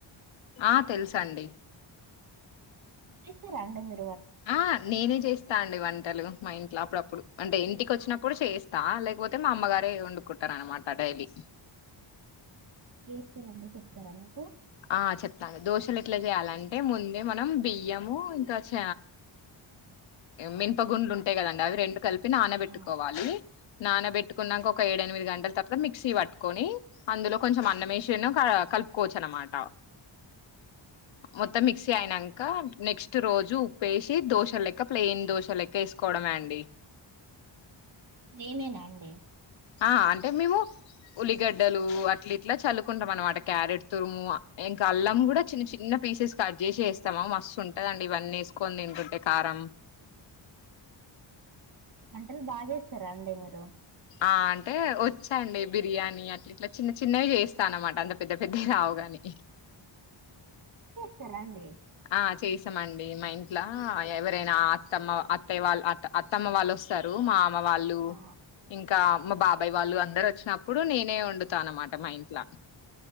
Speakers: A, on the left; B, on the right.
A: ఆ తెలుస అండి
B: ఇ అండే మీ
A: ఆ నేనే చేస్తా అండి వంట తెలుగు మా ఇంట్లో అప్పుడప్పుడు అంటే ఇంటికి వచ్చినప్పుడు చేయిస్తా లేకపోతే తే మా అమ్మగారే వండుకుూట్టరన మాటడైలీ
B: చేస్తారండి చెప్తారా మీకు
A: ఆ చెప్తాండి దోశలు ఎట్లా చేయాలంటే ముందే మనం బియ్యము ఇంకా చ మినుపగుండ్లు ఉంటాయి కదండి అవి రెండు కలిప్ పి నానబెట్టుకోవాలి
B: ఆ
A: నానబెట్టుకున్నాక ఒక ఏడేఎనిమిది గంటల తర్వాత మిక్సీ పట్టుకొని అందులో కొంచెం అన్నమేషను కలుపుకోవచ్చు అనమాట టా మొత్తం మిక్సీ అయినాక నెక్స్ట్ రోజు ఉప్పుేసి దోశ లెక్క ప్లెయిన్ దోశ లెక్క వేసుకోవడమే అండి
B: నేనేనా అండి
A: ఆ అంటే మేము ఉల్లిగడ్డలు అట్లా ఇట్లా చల్లువుకుంటాం అనమాట క్యారెట్ తురుము ఇంకా అల్లం కూడా చిన్న చిన్న పీసెస్ కట్ చేసి వేస్తాము మస్తు ఉంటదండి ఇవన్నీ వేసుకొని తింటుంటే కారం
B: వంటలు బాగా జే స్తారా అండి మీరు
A: ఆ అంటే వచ్చఅన్డి బిర్యానీ అట్ ఇట్లా చిన్న చిన్నవి చేస్తా అనమాట అంత పెద్ద దవీ రావుగానీ
B: స్త ర అండి
A: ఆ చేసామండి మా ఇంట్లో ఎవరైనా అ తమ్మ అత్తయ వాళ్ అట అత్తమ్మ వాళ్ళు వస్తారు మా అమ్ మ్మ వాళ్ళు
B: ఆ
A: ఇంకా మా బాబాయ్ వాళ్ళు అందరు వచ్చినప్పుడు నేనే వండుతా అనమాట మా ఇంట్లో